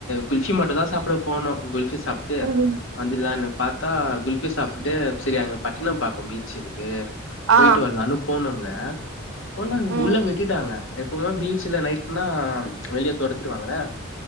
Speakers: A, on the left (about 65°); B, on the right (about 85°).
A: குல்ஃபி மட்டு தா சாப்புட போனோ குல்ஃபி சாப்டுட்டு
B: ம்
A: வந்துலானு பாத்தா குல்ஃபி சாப்ட்டுட்டு செரி அங்க பட்டினபாக்கம் பீச்சிருக்கு போய்ட்டு
B: ஆ
A: வர்லானு போனோங்க போனா
B: ம்
A: உள்ள விட்டுட்டாங்க எப்புமே பீச்சில நைட்ன்னா வெளிய தொரத்திருவாங்கள